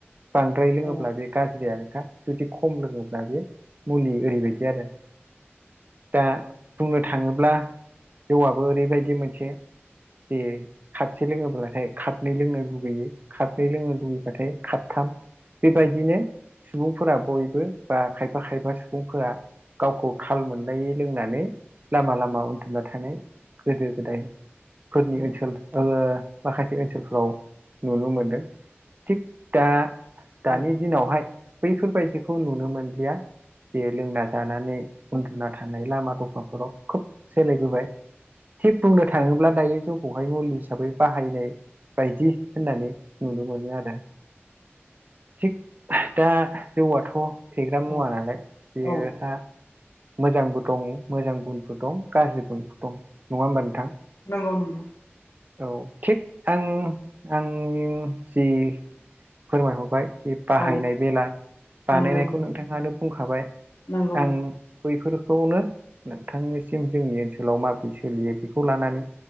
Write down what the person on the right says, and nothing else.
बांद्राय लोङोब्ला
बे गाज्रियानोखा जुदि खम लोङोब्ला बे मुलि ओरैबायदि आरो। दा बुंनो थाङोब्ला जौआबो ओरैबायदि मोनसे जे खापसे लोङोब्लाथाय खापनै लोंनो लुगैयो। खापनै लोंनो लुुबैबाथाय खाबथाम बेबायदिनो सुबुंफोरा बयबो बा खायफा खायफा सुबुंफोरा गावखौ थाल मोनलायै लोंनानै लामा लामा उन्दुना थानाय गोदो गोदाय फोरनि
ओनसोल ओ माखासे ओनसोलफोराव नुनो मोनदों। थिग दा दानि
दिनावहाय बैफोरबायदिखौ नुनो मोनलिया बे लोंना जानानै उन्दुना थानाय लामा दफाफोराव खोब सोलायबोबाय थिग बुंनो थाङोब्ला दायो जौखौहाय मुलि हिसाबै बाहायनाय बायदि होननानै नुनो मोनो आरो। थिग दा जौआथ' फेग्रा
मुवा नालाय बेहा
मोजांबो दं मोजां गुनबो दं गाज्रि गुनबो दं नङा होनबा नोंथां?
औ थिग आं आं जि फोरमायहरबाय बे बाहायनाय
बेला बानायनायखौ
नोंथाङानो बुंखाबाय,
आं बैफोरखौनो नोंथांनिसिम जोंनि ओनसोलाव माबोरै सोलियो बेखौ लानानै